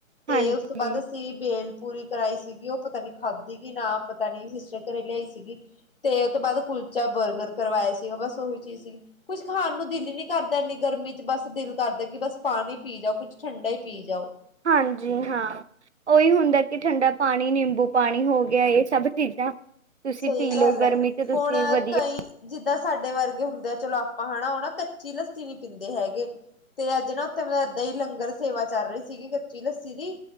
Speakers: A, on the left; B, on the right.
A: ਤੇ
B: ਹਾਂਜੀ,
A: ਉਸ ਤੋਂ ਬਾਅਦ ਅਸੀਂ ਬੇਲ ਪੂਰੀ ਕਰਾਈ ਸੀ। ਸੀਗੀ ਉਹ ਪਤਾ ਨੀਂ ਖਾਧੀ ਕਿ ਨਾਂ ਪਤਾ ਨੀ ਸਿਸਟਰ ਘਰੇ ਲਿਆਈ ਸੀਗੀ। ਤੇ ਉਹ ਤੋਂ ਬਾਅਦ ਕੁਲਚਾ ਬਰਗਰ ਕਰਵਾਇਆ ਸੀਗਾ। ਬਸ ਉਹੀ ਚੀਜ਼ ਸੀਗੀ। ਕੁੱਝ ਖਾਣ ਨੂੰ ਦਿਲ ਹੀ ਨੀਂ ਕਰਦਾ ਇੰਨੀ ਗਰਮੀ ਚ ਬਸ ਦਿਲ ਕਰਦਾ ਕਿ ਬਸ ਪਾਣੀ ਪੀ ਜਾਓ ਕੁੱਛ ਠੰਡਾ ਹੀ ਪੀ ਜਾਓ।
B: ਹਾਂਜੀ ਹਾਂ, ਉਹੀ ਹੁੰਦਾ ਕਿ ਠੰਡਾ ਪਾਣੀ ਨਿੰਬੂ ਪਾਣੀ ਹੋ ਗਿਆ ਇਹ ਸਭ ਚੀਜ਼ਾਂ ਤੁਸੀਂ
A: ਸਹੀ
B: ਪੀ ਲਓ
A: ਗੱਲ
B: ਗਰਮੀ
A: ਐ
B: ਚ ਤੁਸੀਂ
A: ਹੁਣ
B: ਵਧੀਆ
A: ਕਈ ਜਿੱਦਾਂ ਸਾਡੇ ਵਰਗੇ ਹੁੰਦੇ ਆ ਚਲੋ ਅਪ ਆਪਾਂ ਹੈਨਾਂ ਉਹ ਨਾਂ ਕੱਚੀ ਲੱਸੀ ਵੀ ਪੀਂਦੇ ਹੈਗੇ ਤੇ ਅੱਜ ਨਾਂ ਉੱਥੇ ਮਤਲਬ ਏਦਾਂ ਹੀ ਲੰਗਰ ਸੇਵਾ ਚੱਲ ਰਹੀ ਸੀਗੀ ਕੱਚੀ ਲੱਸੀ ਦੀ